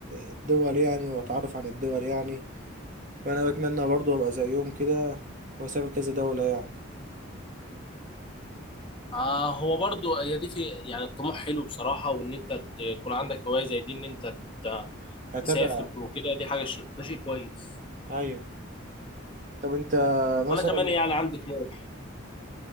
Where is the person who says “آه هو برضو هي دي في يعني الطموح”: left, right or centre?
Left